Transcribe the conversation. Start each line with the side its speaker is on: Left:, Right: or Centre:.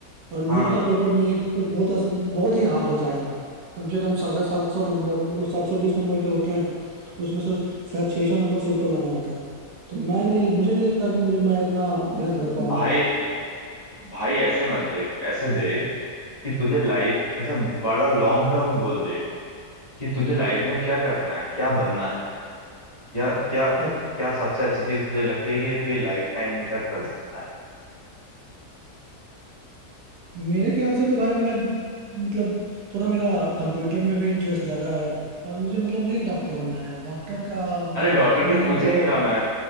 Right: और नीट
Left: हाँ
Right: का पेपर मेरे हिसाब से बहुत अस- बहुत ही हार्ड होता है यार कम से कम साढ़े सात सौ नंबर मतलब सात सौ बीस नंबर के होते हैं तो उसमें से शायद छः सौ नंबर से ऊपर लाना होता है तो मैं नहीं मुझे नहीं लगता कि मुझे मैं इतना मेहनत कर पाऊंगा
Left: भाई भाई ऐसे मत देख ऐसे देख कि तुझे लाइफ अच्छा बड़ा लॉन्ग टर्म गोल देख कि तुझे लाइफ में क्या करना है क्या बनना है क्या क्या
Right: और
Left: क्या सबसे अच्छी चीज तुझे लगती है कि ये तू ये लाइफ टाइम तक कर सकता है
Right: मेरे ख्याल से तो भाई मैं मतलब थोड़ा मेरा कंप्यूटर में भी इंटरेस्ट ज़्यादा है और मुझे मतलब नहीं डॉक्टर बनना है डॉक्टर का मतलब
Left: अरे डॉक्टर
Right: नहीं
Left: के पूछ ही नहीं रहा मैं